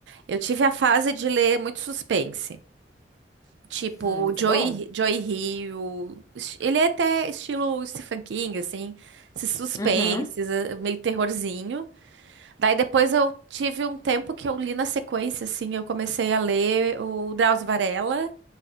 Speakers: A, on the right (about 85°); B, on the left (about 20°).
A: Eu tive a fase de ler muito suspense. Tipo,
B: Hum, muito
A: Joey,
B: bom.
A: Joey Hill. es- Ele é até estilo Stephen King, assim. Esses suspenses,
B: Uhum.
A: eh, meio terrorzinho. Daí depois eu tive um tempo que eu li na sequência, assim. Eu comecei a ler o Drauzio Varela